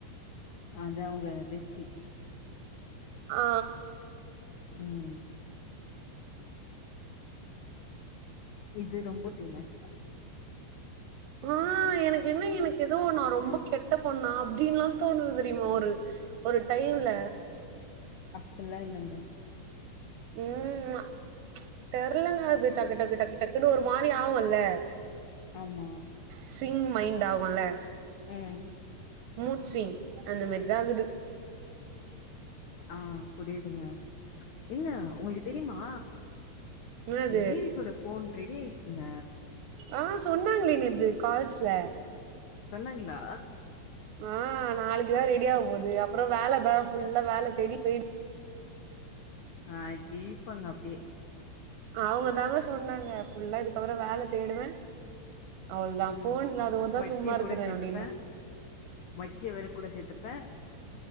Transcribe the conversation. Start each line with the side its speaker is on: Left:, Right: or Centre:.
Left: அதா அவுங்க பெஸ்டி
Right: ஆ
Left: ம் இது ரொம்ப டூ மேட்ச் தா
Right: ஆ எனக்கு என்ன எனக்கு ஏதோ நா ரொம்ப கெட்ட பொண்ணா அப்டின்லா தோணுது தெரியுமா ஒரு ஒரு டைவுல
Left: அப்டில்லா இல்லங்க
Right: ம்மா தெர்லங்க அது டக்கு டக்கு டக்கு டக்குன்னு ஒரு மாரி ஆவுல்ல
Left: ஆமா
Right: ஸீரிங் மைண்ட் ஆகுல்ல
Left: ம்
Right: மூட் ஸ்விங் அந்த மர் தா ஆகுது
Left: ஆ புரியுதுங்க எங்க ஒங்களுக்கு தெரியுமா
Right: என்னது
Left: இந் டேவிட்டோட போன் ரெடி ஆயிடுச்சுங்க
Right: ஆ சொன்னாங்களே நேது கால்ஸ்ல
Left: சொன்னாங்களா
Right: ஆ நாளைக்கு தா ரெடி ஆக போகுது அப்றோ வேல தா ஃபுல்லா வேல தேடி போய்
Left: ஆ கிளிப்பாங்க அப்டியே
Right: அவங்க தாங்க சொன்னாங்க ஃபுல்லா இதுக்கப்பறோ வேல தேடுவே அவ்ளோதா
Left: ம்
Right: போன் இல்லாதவங்க தா
Left: மச்சிய
Right: சும்மா இருக்கற
Left: கூட சேத்துப்பே
Right: அப்டினா
Left: மச்சிய வேற கூட சேத்துப்பே